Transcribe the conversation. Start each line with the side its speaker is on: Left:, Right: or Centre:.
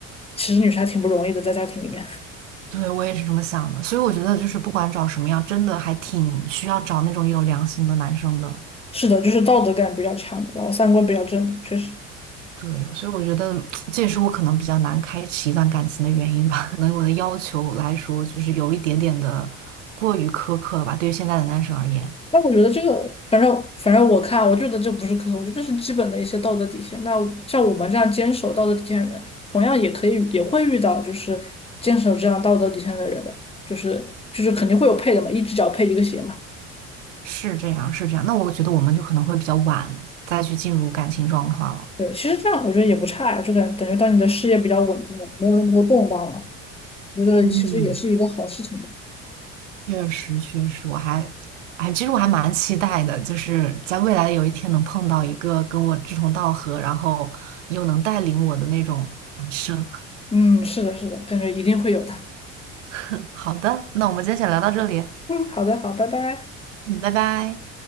Left: 其实女生还挺不容易的，在家庭里面。<laughs>
Right: 对，我也是这么想的，所以我觉得就是不管找什么样，真的还挺需要找那种有良心的男生的。
Left: 是的，就是道德感比较强的然后三观比较正的确实。
Right: 对，所以我觉得 <tsk> 这也是我可能比较难开启一段感情的原因吧。<laughs> 可能我的要求来说，就是有一点点的过于苛刻了吧，对于现在的男生而言，
Left: 那我觉得这个，反正反正我看，我觉得这不是苛刻，我觉得这是基本的一些道德底线。那像我们这样坚守道德底线的人，同样也可以也会遇到就是坚守这样道德底线的人的，就是就是肯定会有配的嘛，一只脚配一个鞋嘛。
Right: 是这样，是这样。那我觉得我们就可能会比较晚再去进入感情状况了。
Left: 对，其实这样我觉得也不差呀，就感等于到你的事业比较稳定了，没有那么多动荡了，觉得其实也是一个好事情的。
Right: 嗯，确实，确实，我还，哎，其实我还蛮期待的，就是在未来有一天能碰到一个跟我志同道合，然后又能带领我的那种男生。
Left: 嗯，是的，是的，感觉一定会有的。
Right: <laughs> 好的，那我们今天先聊到这里，
Left: 嗯，好的，好，拜拜。
Right: 嗯，拜拜。